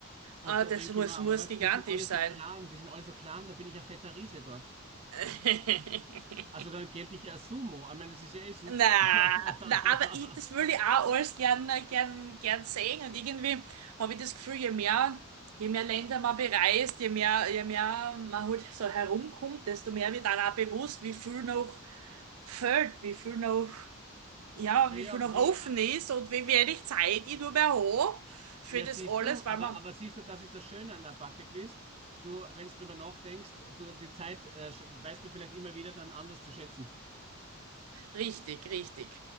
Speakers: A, on the right; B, on the right.
A: Und
B: Äh,
A: da
B: das
A: denke
B: muss,
A: ich mir, aber
B: muss
A: weißt,
B: gigantisch
A: die sind alle so
B: sein.
A: klein, die sind alle so klein, da bin ich ein fetter Riese dort.
B: <laughs>
A: Also dann gelte ich ja als Sumo. Ich meine, das ist ja eh super.
B: Na, na, aber ich, das will
A: <laughs>
B: ich auch alles gern, gern, gern sehen. Und irgendwie habe ich das Gefühl, je mehr, je mehr Länder man bereist, je mehr, je mehr man halt so herumkommt, desto mehr wird dann auch bewusst, wie viel noch fehlt, wie viel noch. ja,
A: Naja,
B: wie viel noch
A: wie,
B: offen ist und wie wenig Zeit ich nur mehr habe für
A: ja,
B: das
A: siehst
B: alles,
A: du, aber,
B: weil man.
A: aber siehst du, das ist das Schöne an der Bucketlist. Du, wenn du drüber nachdenkst, du, die Zeit, äh, sch- weißt du vielleicht immer wieder dann anders zu schätzen.
B: Richtig, richtig.